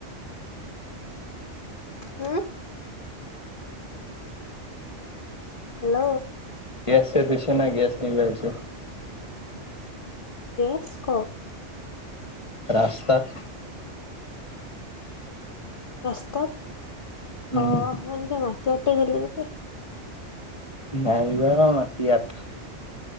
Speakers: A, on the left; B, on the left.
A: হ'ম হেল্ল'।
B: গেছ শেষ হৈছে না গেছ নিব আহিছো।
A: গেছ, কত?
B: ৰাস্তাত।
A: ৰাস্তাত
B: উম।
A: অ' মই এনকে মাট দিয়াতে গেলে নেকি?
B: নাই বা মাতি ইয়াত